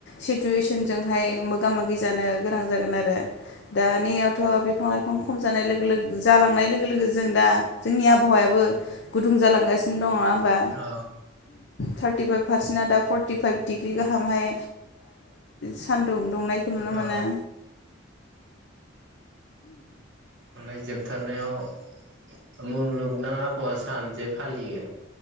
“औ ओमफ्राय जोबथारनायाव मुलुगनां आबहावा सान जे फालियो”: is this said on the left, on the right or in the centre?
Right